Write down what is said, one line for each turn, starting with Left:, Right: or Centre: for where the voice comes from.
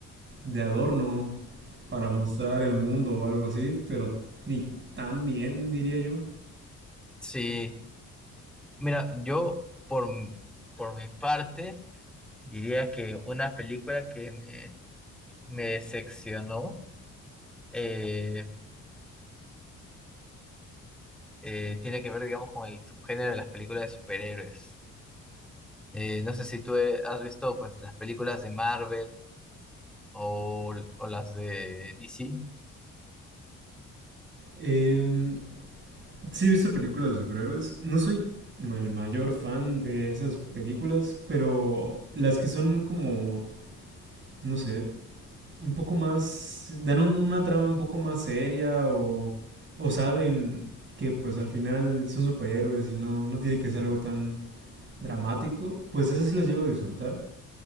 Right: de adorno para mostrar el mundo o algo así, pero ni tan bien, diría yo.
Centre: Sí, mira, yo por, m- por mi parte diría que una película que me, me decepcionó eh, eh, tiene que ver, digamos, con el subgénero de las películas de superhéroes. Eh, no sé si tú eh, has visto pues las películas de Marvel o, o las de DC.
Right: Eh, sí he visto películas de superhéroes. No soy el mayor fan de esas películas, pero las que son como, no sé, un poco más, dan un- una trama un poco más seria o, o saben que pues al final son superhéroes y no, no tiene que ser algo tan dramático, pues esas sí las llego a disfrutar.